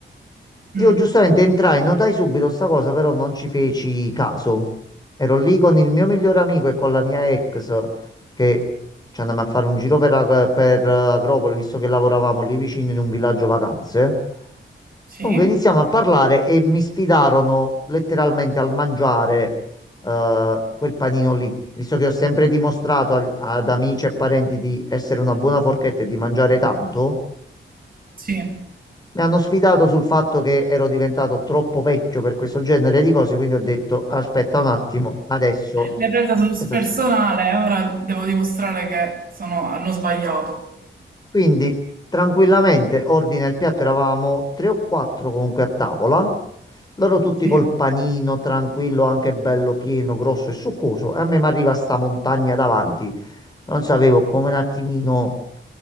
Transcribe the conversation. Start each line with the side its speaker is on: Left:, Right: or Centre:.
Right: mm,
Left: Io giustamente entrai, notai subito sta cosa, però non ci feci caso. Ero lì con il mio migliore amico e con la mia ex che ci andammo a fare un giro per, Ag- per Agropoli, visto che lavoravamo lì vicino in un villaggio vacanze.
Right: sì,
Left: Comunque iniziamo a parlare e mi sfidarono letteralmente al mangiare eh, quel panino lì, visto che ho sempre dimostrato al- ad amici e parenti di essere una buona forchetta e di mangiare tanto.
Right: sì.
Left: Mi hanno sfidato sul fatto che ero diventato troppo vecchio per questo genere di cose, quindi ho detto aspetta un attimo, adesso.
Right: L'hai presa sul
Left: esercito".
Right: personale, ora devo dimostrare che sono- hanno sbagliato.
Left: Quindi tranquillamente ordina il piatto, eravamo tre o quattro comunque a tavola, loro tutti
Right: Sì.
Left: col panino tranquillo, anche bello pieno, grosso e succoso, e a me mi arriva sta montagna davanti. Non sapevo come un attimino,